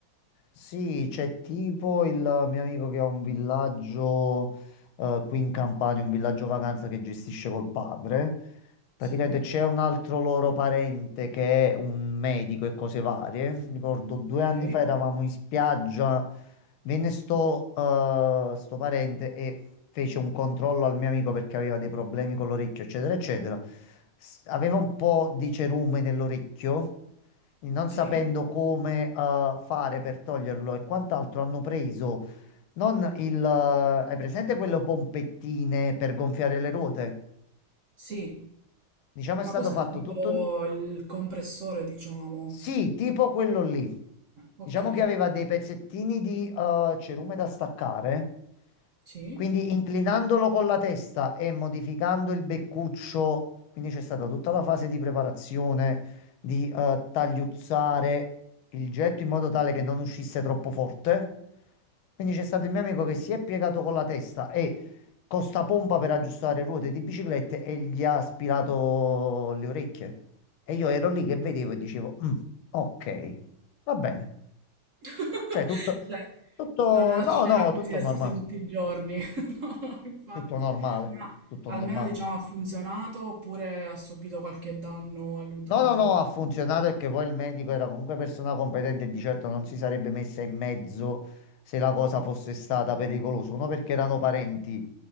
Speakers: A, on the left; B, on the right.
A: Sì, c'è tipo il mio amico che ha un villaggio eh, qui in Campania, un villaggio vacanza che gestisce col padre. Praticamente
B: Sì,
A: c'è un altro loro parente che è un medico e cose varie. Mi Ricordo due
B: ok,
A: anni fa eravamo in spiaggia, venne sto, eh, sto parente e fece un controllo al mio amico perché aveva dei problemi con l'orecchio, eccetera, eccetera. S- aveva un po' di cerume nell'orecchio, non
B: sì,
A: sapendo come, eh, fare per toglierlo e quant'altro, hanno preso non il... eh, hai presente quelle pompettine per gonfiare le ruote?
B: sì,
A: Diciamo è
B: ma
A: stato
B: cos'è?
A: fatto
B: Tipo
A: tutto.
B: il compressore, diciamo.
A: Sì, tipo quello lì.
B: Ok,
A: Diciamo che aveva dei pezzettini di eh, cerume da staccare,
B: sì.
A: quindi inclinandolo con la testa e modificando il beccuccio, quindi c'è stata tutta la fase di preparazione, di eh, tagliuzzare il getto in modo tale che non uscisse troppo forte. Quindi c'è stato il mio amico che si è piegato con la testa e con sta pompa per aggiustare ruote di biciclette e gli ha aspirato le orecchie. E io ero lì che vedevo e dicevo, "Mm, ok, va bene.
B: <laughs>
A: Cioè, tutto,
B: Cioè,
A: tutto,
B: non è una
A: no,
B: scena
A: no,
B: a cui
A: tutto
B: si assiste
A: normale,
B: tutti i giorni. <laughs> No, no, infatti.
A: tutto normale,
B: Ma
A: tutto
B: almeno
A: normale.
B: diciamo ha funzionato oppure ha subito qualche danno all'udito.
A: No, no, no, ha funzionato e che poi il medico era comunque persona competente e di certo non si sarebbe messa in mezzo se la cosa fosse stata pericolosa. Uno perché erano parenti,